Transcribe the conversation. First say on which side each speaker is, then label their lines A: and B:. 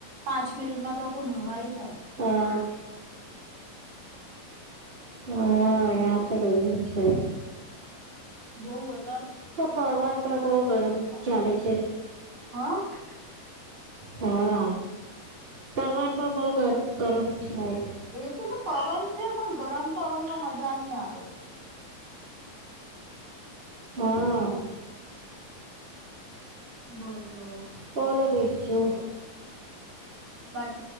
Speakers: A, on the right (about 55°); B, on the right (about 20°).
A: પાંચ મિનિટમાં તો આખું નવાઇ
B: હા હા અહીંયા તો રહેવું જ છે.
A: બહું વધ
B: હ પવન પણ બહું ગરમ
A: થાય
B: ચાલે છે.
A: હા
B: હા પવન પણ બહુ ગરમ ગરમ થાય.
A: એ છે ને પવન છે પણ ગરમ પવનમાં મજા નહી આવે.
B: હા
A: બોલો.
B: બોલો બીજું.
A: બટ